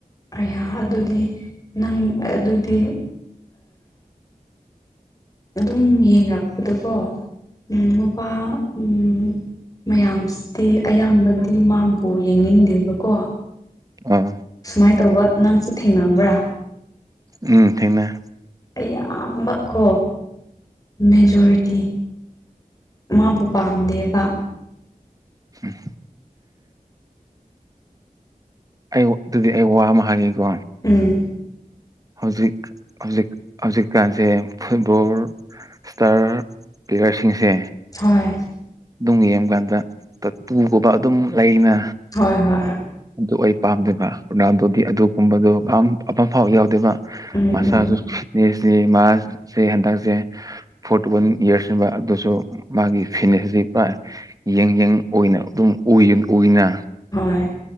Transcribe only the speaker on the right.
ꯑꯥ
ꯎꯝ ꯊꯦꯡꯅꯩ
ꯎꯝ ꯑꯩ ꯑꯗꯨꯗꯤ ꯑꯩ ꯋꯥ ꯑꯃ ꯍꯥꯢꯒꯦꯀꯣ
ꯍꯧꯖꯤꯛ ꯍꯧꯖꯤꯛ ꯍꯧꯖꯤꯛꯀꯥꯟꯁꯦ ꯐꯨꯠꯕꯣꯔ ꯏꯁꯇꯥꯔ ꯄ꯭ꯂꯦꯌꯥꯔꯁꯤꯡꯁꯦ
ꯑꯗꯨꯝ ꯌꯦꯡꯕꯀꯥꯟꯗ ꯄꯨꯨꯒꯨꯝꯕ ꯑꯗꯨꯝ ꯂꯩꯅ
ꯑꯗꯨ ꯑꯩ ꯄꯥꯝꯗꯦꯕ ꯔꯣꯅꯥꯜꯗꯣꯗꯤ ꯑꯗꯨꯒꯨꯝꯕꯗꯨꯣ ꯑꯃ ꯐꯥꯎ ꯌꯥꯎꯗꯦꯕ
ꯃꯁꯥꯁꯨ
ꯐꯤꯠꯅꯦꯁꯅꯤ ꯃꯥꯁꯦ ꯍꯟꯗꯛꯁꯦ ꯐꯣꯔꯇꯤ ꯋꯥꯟ ꯏꯌꯔꯁ ꯅꯦꯕ ꯑꯗꯨꯁꯨ ꯃꯥꯒꯤ ꯐꯤꯅꯦꯁꯁꯤ ꯌꯦꯡ ꯌꯪ ꯑꯣꯏꯅ ꯑꯗꯨꯝ ꯎꯏ ꯎꯏꯅꯥ